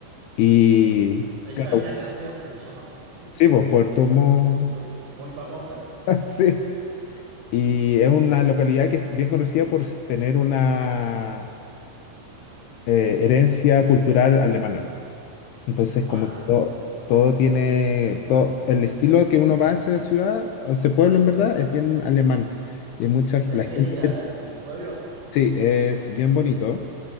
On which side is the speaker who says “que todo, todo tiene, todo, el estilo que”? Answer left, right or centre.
Left